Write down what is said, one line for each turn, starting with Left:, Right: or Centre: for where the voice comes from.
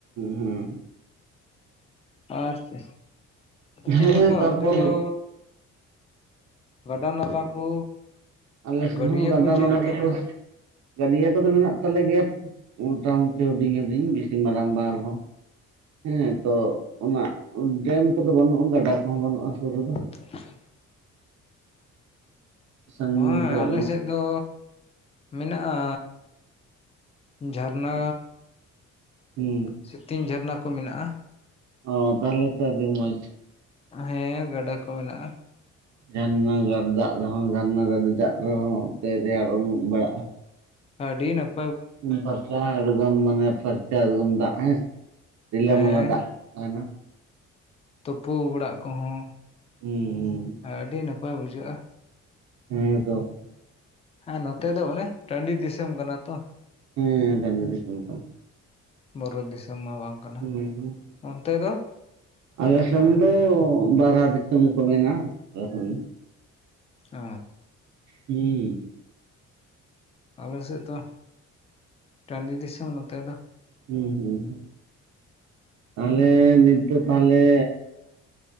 Right: ᱦᱮᱸ
Left: ᱟᱨ ᱪᱮ
Right: ᱦᱮᱸ
Left: ᱪᱮᱫ ᱞᱮᱠᱟ
Right: ᱛᱟᱨᱯᱚᱨ
Left: ᱚᱱᱛᱮ ᱫᱚ ᱜᱟᱰᱟ ᱱᱟᱞᱟ ᱠᱚ
Right: ᱟᱞᱮ ᱥᱮᱱ
Left: ᱜᱟᱹᱰᱭᱟᱹ
Right: ᱦᱚᱸ ᱜᱟᱰᱟ
Left: ᱠᱚ ᱪᱮᱫ
Right: ᱱᱟᱠᱟ
Left: ᱞᱮᱠᱟ
Right: ᱠᱚᱫᱚ
Left: ᱢᱮᱱᱟᱜᱼᱟ?
Right: ᱜᱟᱹᱰᱭᱟᱹ ᱠᱚᱫᱚ ᱢᱮᱱᱟᱜ ᱛᱟᱞᱮ ᱜᱮᱭᱟ ᱢᱳᱴᱟ ᱢᱩᱴᱤ ᱦᱩᱰᱤᱧ ᱦᱩᱰᱤᱧ ᱵᱤᱥᱤ ᱢᱟᱨᱟᱝ ᱵᱟᱝ ᱨᱮᱦᱚᱸ ᱦᱮᱸ ᱛᱚ ᱚᱱᱟ ᱰᱮᱢ ᱠᱚᱫᱚ ᱵᱟᱹᱱᱩᱜᱼᱟ ᱜᱟᱰᱟ ᱠᱚᱦᱚᱸ ᱵᱟᱹᱱᱩᱜᱼᱟ ᱥᱩᱨ ᱨᱮᱫᱚ
Left: ᱟᱪᱷᱟ
Right: ᱥᱟᱺᱜᱤᱧ
Left: ᱦᱳᱭ
Right: ᱠᱚᱨᱮ
Left: ᱟᱞᱮ
Right: ᱢᱮᱱᱟᱜ
Left: ᱥᱮᱫ ᱫᱚ ᱢᱮᱱᱟᱜᱼᱟ ᱡᱷᱟᱨᱱᱟ
Right: ᱦᱩᱸ
Left: ᱥᱮᱛᱤᱧ ᱡᱷᱟᱨᱱᱟ ᱠᱚ ᱢᱮᱱᱟᱜᱼᱟ
Right: ᱚ ᱛᱟᱦᱟᱞᱮ ᱛᱚ ᱟᱹᱰᱤ ᱢᱚᱡᱽ
Left: ᱦᱮᱸ ᱜᱟᱰᱟ ᱠᱚ ᱢᱮᱱᱟᱜᱼᱟ
Right: ᱡᱷᱟᱨᱱᱟ ᱜᱟᱲ ᱫᱟᱜ ᱨᱮᱦᱚᱸ ᱡᱷᱟᱨᱱᱟ ᱰᱟᱹᱰᱤ ᱫᱟᱜ ᱨᱮᱦᱚᱸ ᱨᱮᱭᱟᱲ ᱩᱢᱩᱜ ᱵᱟᱲᱟᱜᱼᱟ
Left: ᱟᱰᱤ ᱱᱟᱯ
Right: ᱩᱢ ᱯᱟᱨᱪᱟ ᱮᱜᱫᱚᱢ ᱢᱟᱱᱮ ᱯᱟᱨᱪᱟ ᱮᱜᱫᱚᱢ ᱫᱟᱜ ᱦᱮᱸ ᱨᱤᱞᱟ
Left: ᱦᱮᱸ
Right: ᱢᱟᱞᱟ ᱫᱟᱜ ᱛᱟᱦᱮᱱᱟ
Left: ᱛᱩᱯᱩ ᱚᱲᱟᱜ ᱠᱚᱦᱚᱸ
Right: ᱦᱩᱸ
Left: ᱟᱹᱰᱤ ᱱᱟᱯᱟᱭ ᱵᱩᱡᱷᱟᱹᱜᱼᱟ
Right: ᱦᱮᱸ ᱛᱚ
Left: ᱦᱮᱸ ᱱᱚᱛᱮ ᱫᱚ ᱚᱱᱮ ᱴᱟᱺᱰᱤ ᱫᱤᱥᱚᱢ ᱠᱟᱱᱟ ᱛᱚ
Right: ᱦᱮᱸ ᱴᱟᱺᱰᱤ ᱫᱤᱥᱚᱢ ᱠᱟᱱᱟ
Left: ᱵᱩᱨᱚ ᱫᱤᱥᱚᱢ ᱢᱟ ᱵᱟᱝ ᱠᱟᱱᱟ
Right: ᱦᱩᱸ
Left: ᱚᱱᱛᱮ ᱫᱚ
Right: ᱟᱞᱮ ᱥᱮᱱ ᱫᱚ ᱵᱟᱨᱦᱟ ᱫᱤᱥᱚᱢ ᱠᱚ ᱢᱮᱱᱟ <unintelligible>
Left: ᱚ
Right: ᱦᱩᱸ
Left: ᱟᱯᱮ ᱥᱮᱫ ᱫᱚ ᱴᱟᱺᱰᱤ ᱫᱤᱥᱚᱢ ᱱᱚᱛᱮ ᱫᱚ
Right: ᱦᱩᱸ ᱦᱩᱸ ᱦᱩᱸ ᱟᱞᱮ ᱱᱤᱛ ᱫᱚ ᱛᱟᱦᱟᱞᱮ